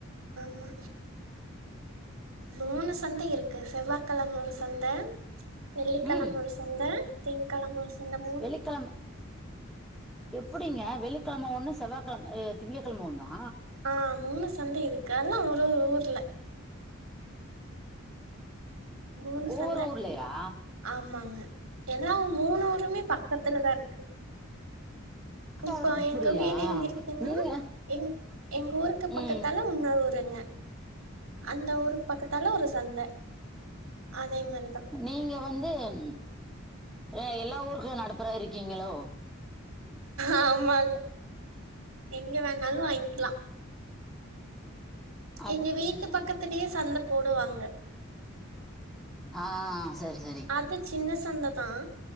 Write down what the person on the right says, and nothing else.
ம மூணு சந்தை இருக்கு செவ்வாகெழம ஒரு சந்த வெள்ளிக்கெழம
ஒரு சந்த திங்க்கெழம ஒரு சந்தம்
ஆ மூணு சந்தை இருக்கு அதெல்லா ஒரு ஊர்ல மூணு
சந்த
ஆமாங்க எனாவு மூணுருமே பக்கத்துல தா இருக்கு இப்போ
எங்க வீடு எங்க இருக்குன்னா
எங் எங்க ஊருக்கு பக்கத்தால
உங்க ஊருங்க அந்த ஊரு பக்கத்தால ஒரு சந்த அதே மாரிதா
ஆமாங்க எங்க வேணாலு வாங்கிலா
எங்க
வீட்டு
பக்கத்துலே சந்த போடுவாங்க
அது சின்ன சந்த தா